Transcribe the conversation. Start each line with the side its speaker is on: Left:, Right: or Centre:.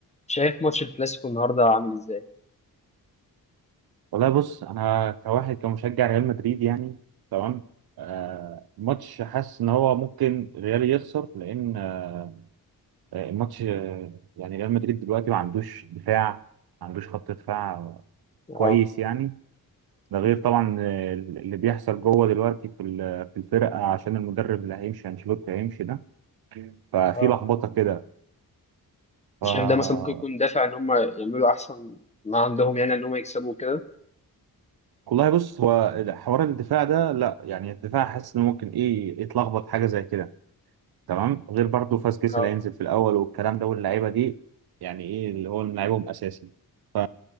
Left: شايف ماتش الكلاسيكو النهارده عامل ازاي؟
Right: والله بص انا كواحد كمشجع ريال مدريد يعني تمام آه، الماتش حاسس ان هو ممكن ريال يخسر لان آه، الماتش آه، يعني ريال مدريد دلوقتي ما عندوش دفاع ما عندوش خط دفاع
Left: اه
Right: كويس يعني ده غير
Left: مم.
Right: طبعا آه، اللي بيحصل جوه دلوقتي في ال- في الفرقه عشان المدرب اللي هيمشي انشيلوتي هيمشي ده ففي
Left: اه
Right: لخبطه كده ف
Left: شايف ده مثلا ممكن يكون دافع ان هم يعملوا احسن ما عندهم يعني ان هم يكسبوا كده
Right: والله بص هو حوار الدفاع ده لا يعني الدفاع حاسس انه ممكن ايه يتلخبط حاجه زي كده تمام غير برضه فاسكيز
Left: اه
Right: اللي هينزل في الاول والكلام ده واللعيبه دي يعني ايه اللي هو لعيبهم اساسي ف-